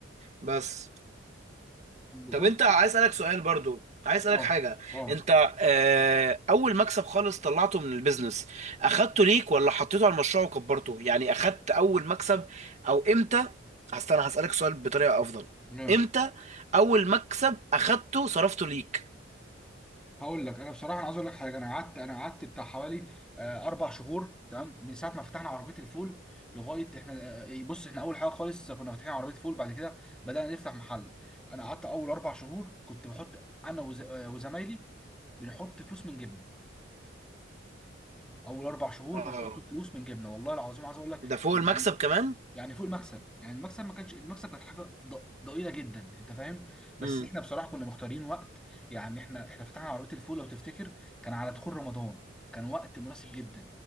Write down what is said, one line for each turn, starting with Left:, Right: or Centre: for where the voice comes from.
Right: بس
Centre: بص
Right: طب انت عايز اسالك سؤال برضو عايز اسالك
Centre: اه
Right: حاجه
Centre: اه
Right: انت آه، اول مكسب خالص طلعته من البيزنس اخدته ليك ولا حطيته على المشروع وكبرته يعني اخدت اول مكسب او امتى استنى هسالك سؤال بطريقه افضل
Centre: ماشي
Right: امتى اول مكسب اخدته صرفته ليك
Centre: هقول لك انا بصراحه انا عايز اقول لك حاجه انا قعدت انا قعدت بتاع حوالي آه، اربع شهور تمام من ساعه ما فتحنا عربيه الفول لغايه احنا آه، بص احنا اول حاجه خالص كنا فاتحين عربيه فول بعد كده بدانا نفتح محل انا قعدت اول اربع شهور كنت بحط انا وز- آه، وزمايلي بنحط فلوس من جبنه اول اربع شهور
Right: اه
Centre: بنحط فلوس من جبنه والله العظيم عايز اقول لك
Right: ده فوق
Centre: يعني
Right: المكسب كمان
Centre: يعني فوق المكسب يعني المكسب ما كانش المكسب كانت حاجه ض- ضئيله جدا انت فاهم بس
Right: امم
Centre: احنا بصراحه كنا مختارين وقت يعني احنا احنا فتحنا عربيه الفول لو تفتكر كان على دخول رمضان كان وقت مناسب جدا